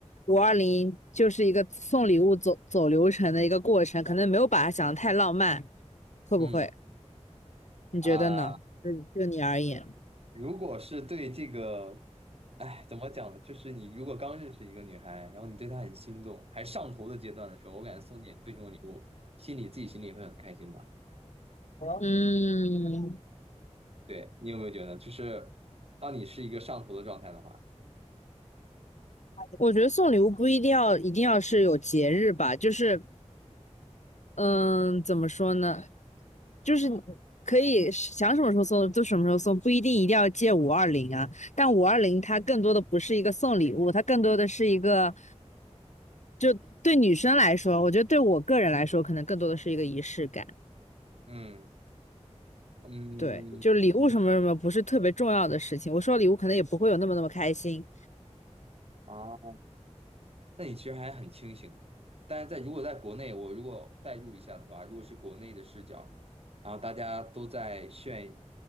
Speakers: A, on the left; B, on the right.
A: 五二零就是一个送礼物走走流程的一个过程，可能没有把它想得太浪漫，会不会？
B: 嗯
A: 你觉得呢？
B: 啊，
A: 就就你而言，
B: 如果是对这个，哎，怎么讲呢？就是你如果刚认识一个女孩，然后你对她很心动，还上头的阶段的时候，我感觉送点贵重的礼物，心里自己心里也会很开心吧？
A: 嗯，
B: 对，你有没有觉得，就是当你是一个上头的状态的话，
A: 我觉得送礼物不一定要一定要是有节日吧，就是嗯，怎么说呢？就是可以想什么时候送就什么时候送，不一定一定要借五二零啊。但五二零它更多的不是一个送礼物，它更多的是一个。就对女生来说，我觉得对我个人来说，可能更多的是一个仪式感。
B: 嗯嗯。
A: 对，就礼物什么什么不是特别重要的事情。
B: 嗯
A: 我收到礼物可能也不会有那么那么开心。
B: 啊，那你其实还很清醒的。但是在如果在国内，我如果代入一下的话，如果是国内的视角，然后大家都在炫，